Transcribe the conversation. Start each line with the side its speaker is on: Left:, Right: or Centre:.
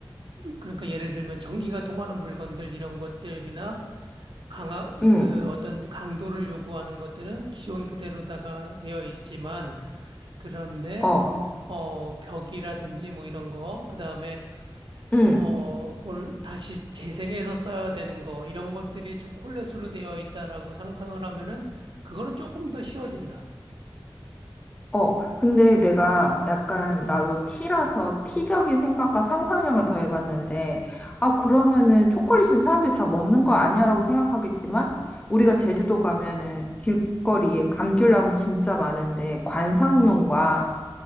Right: 그러니까 예를 들면 전기가 통하는 물건들 이런 것들이나 강하
Left: 응,
Right: 그 어떤 강도를 요구하는 것들은 기존 그대로다가 되어 있지만 그런데
Left: 어,
Right: 어 벽이라든지 뭐 이런 거 그다음에
Left: 응.
Right: 어, 뭘 다시 재생해서 써야 되는 거, 이런 것들이 초콜릿으로 되어 있다라고 상상을 하면은, 그거는 조금 더 쉬워진다.
Left: 어, 근데 내가 약간
Right: 음,
Left: 나도 티라서 티적인 생각과 상상력을 더해봤는데, 아, 그러면은 초콜릿이면 사람들이 다 먹는 거 아니야라고 생각하겠지만, 우리가 제주도 가면은 길거리에 감귤나무 진짜 많은데, 관상용과